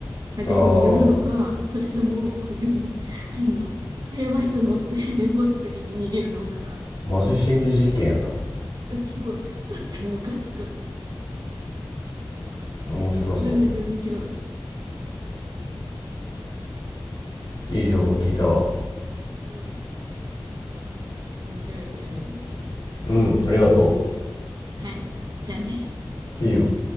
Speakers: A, on the right (about 55°); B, on the left (about 80°).
A: 端っこに寄るのか、
B: ああ、
A: それとも、<laughs> あの、あやばいと思って <laughs> 我先に逃げるのか、
B: マジ心理実験やな。
A: それとも、後ろを突っ立ってんのかとか、
B: 面白そう。
A: 人によってね、全然違うよね。
B: いい情報聞いたわ。
A: うん。と、面白いから見てみて。
B: うん、ありがと
A: はい。じゃあね。
B: う。See you.